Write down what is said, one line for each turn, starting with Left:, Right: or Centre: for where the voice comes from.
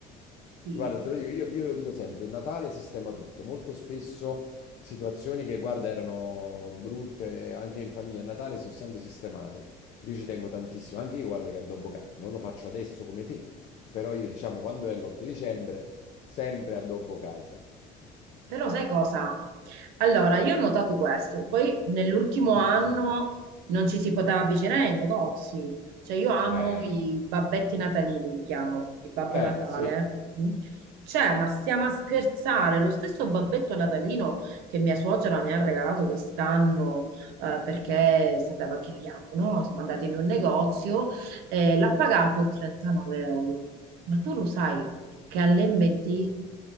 Right: Sì,
Left: Guarda, te lo dico, io, io lo dico sempre, Natale sistema tutto, molto spesso situazioni che, guarda, erano brutte anche in famiglia, a Natale si sono sempre sistemate. Io ci tengo tantissimo, anche io, guarda, che addobbo casa, non lo faccio adesso come te, però io, diciamo, quando è l'8 dicembre, sempre addobbo casa.
Right: però sai cosa? Allora, io ho notato questo, poi nell'ultimo
Left: <coughs>
Right: anno non ci si poteva avvicinare ai negozi, cioè io amo
Left: Eh,
Right: i babbetti natalini, li chiamo, il Babbo
Left: eh,
Right: Natale.
Left: sì,
Right: mm? Cioè, ma stiamo a scherzare, lo stesso babbetto natalino che mia suocera mi ha regalato quest'anno eh, perché sapeva che li amo, no? Siamo andati in un negozio e l'ha pagato 39 euro. Ma tu lo sai che all'MD